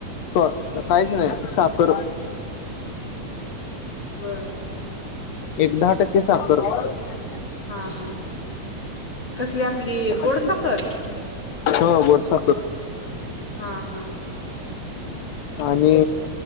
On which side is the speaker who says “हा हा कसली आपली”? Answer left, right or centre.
Left